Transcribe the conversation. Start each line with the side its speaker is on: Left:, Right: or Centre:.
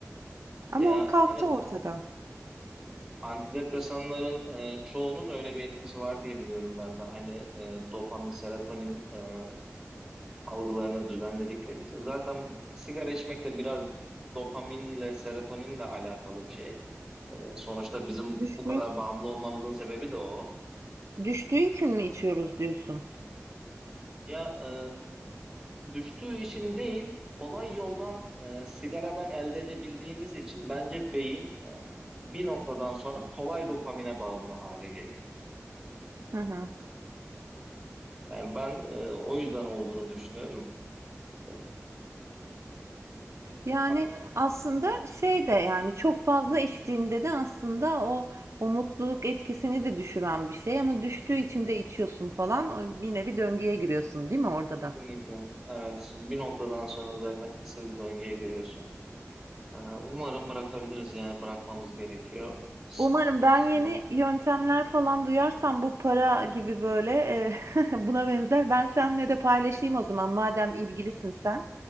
Right: Ama
Centre: Ya
Right: o kalktı
Centre: evet
Right: ortadan.
Centre: Antidepresanların e, çoğunun öyle bir etkisi var diye biliyorum ben de. Hani e, dopamin, serotonin e, algılarını düzenledikleri için. Zaten sigara içmek de biraz dopaminle, serotoninle alakalı bir şey. E, sonuçta bizim
Right: Düştüğü,
Centre: bu kadar bağımlı olmamızın sebebi de o.
Right: düştüğü için
Centre: Antidepresanlar
Right: mi içiyoruz diyorsun?
Centre: Ya e, düştüğü için değil, kolay yoldan e, sigaradan elde edebildiğimiz için bence beyin e, bir noktadan sonra kolay dopamine bağımlı hale geliyor.
Right: Hı hı.
Centre: Yani ben e, o yüzden olduğunu düşünüyorum. E,
Right: Yani,
Centre: Ama
Right: aslında şey de, yani, çok fazla içtiğinde de aslında o o mutluluk etkisini de düşüren bir şey ama düştüğü için de içiyorsun falan. O yine bir döngüye giriyorsun, değil mi orada
Centre: kesinlikle
Right: da?
Centre: evet bir noktadan sonra zaten kısır bir döngüye giriyorsun. E, umarım bırakabiliriz yani bırakmamız gerekiyor sağlık
Right: Umarım
Centre: açısından.
Right: ben yeni yöntemler falan duyarsam bu para gibi böyle, eee, <laughs> buna benzer ben seninle de paylaşayım o zaman madem ilgilisin sen